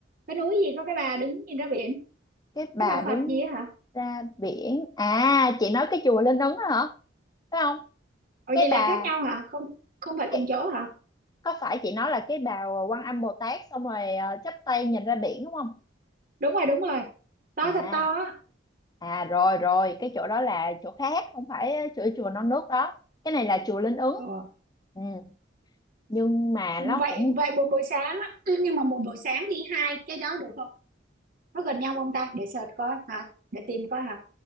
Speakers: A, on the right; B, on the left.
A: cái núi gì có cái bà đứng nhìn ra biển
B: cái bà
A: cái bà Phật
B: đứng
A: gì á hả
B: ra biển à chị nói cái chùa Linh Ứng đó hả phải không
A: Ồ
B: cái
A: vậy là
B: bà
A: khác nhau hả không không phải cùng
B: cái,
A: chỗ hả
B: có phải chị nói là cái bà Quan Âm Bồ Tát xong rồi à, chắp tay nhìn ra biển đúng không
A: đúng rồi đúng rồi to
B: à
A: thật to á
B: à rồi rồi cái chỗ đó là chỗ khác không phải chùa chùa Non Nước đó cái này là chùa Linh Ứng
A: ờ.
B: ừ. nhưng mà
A: vậy
B: nó cũng
A: vậy một buổi sáng á <clears throat> nhưng mà một buổi sáng đi hai cái đó được không nó gần nhau không ta để search coi hả để tìm coi hả